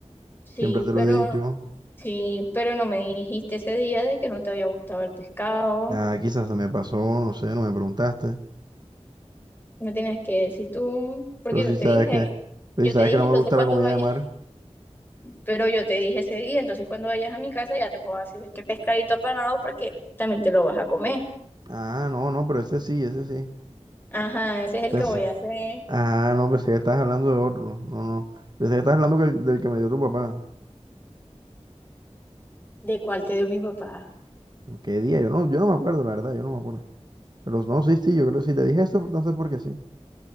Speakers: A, on the left; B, on the right.
A: Sí,
B: Siempre te lo
A: pero
B: he dicho.
A: sí, pero no me dijiste ese día de que no te había gustado el pescado.
B: Ah, quizás se me pasó, no sé, no me preguntaste.
A: No tenías que decir tú, porque
B: Pero si
A: yo
B: sabes
A: te dije,
B: que, pero
A: yo
B: si sabes
A: te dije,
B: que no
A: entonces
B: me gusta
A: cuando
B: la comida
A: vayas
B: de mar.
A: Pero yo te dije ese día, entonces cuando vayas a mi casa ya te puedo hacer este pescadito apanado porque también te lo vas a comer.
B: Ah, no, no, pero ese sí, ese sí.
A: Ajá, ese es el
B: Pensé-
A: que voy a hacer.
B: ah, no, pensé que estabas hablando de otro. No, no. Pensé que estabas hablando que el- del que me dio tu papá.
A: ¿De cuál te dio mi papá?
B: ¿Qué día? Yo no, yo no me acuerdo, la verdad, yo no me acuerdo. Pero no, sí, sí, yo creo que si te dije eso, entonces porque sí.